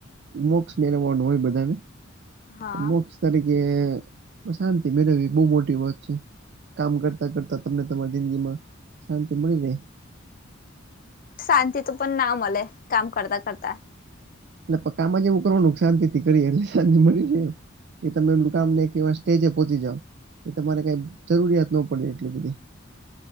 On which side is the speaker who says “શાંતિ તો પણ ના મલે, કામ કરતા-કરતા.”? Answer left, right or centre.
Left